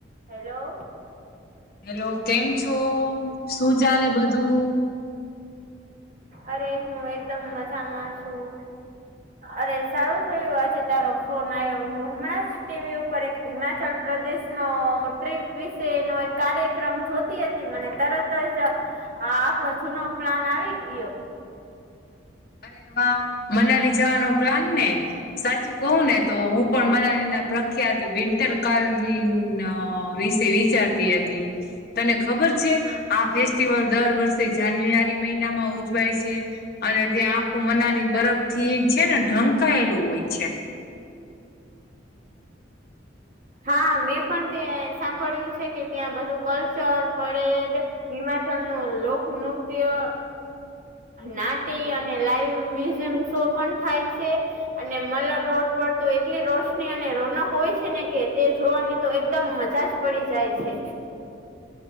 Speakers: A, on the right; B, on the left.
A: Hello,
B: hello કેમ છો શું ચાલે બધું?
A: અરે હું એકદમ મજામાં છું. અરે સારું થયું આજે તારો ફોન આવ્યો હું હમણાં ટીવી ઉપર એક હિમાચલ પ્રદેશ નો ટ્રીપ વિશેનો એક કાર્યક્રમ જોતી હતી મને તરત જ આપણો જૂનો પ્લાન આવી ગયો.
B: અરે વાહ મનાલી જવાનો પ્લાન ને, સાચું કહું ને તો હું હું પણ મનાલી ના પ્રખ્યાત વિન્ટર કાલની વિશે વિચારતી હતી. હતી, તને ખબર છે? આ ફેસ્ટિવલ દર વર્ષે જાન્યુઆરી મહિનામાં ઉજવાય છે, અને જે આંખું મનાલી બરફ થી છે ને ઢંકાયેલું હોય છે.
A: હા મેં પણ તે સાંભળ્યું છે કે ત્યાં બધું કલ્ચર પરેડ. હિમાચલ નું લોકનૃત્ય. નાટી અને લાઈવ મ્યુઝિયમ શો પણ થાય છે. અને મલર રોડ પર તો એટલી રોશની અને રોનક હોય છે ને કે તે જોવાની તો એકદમ મજા જ પડી જાય છે.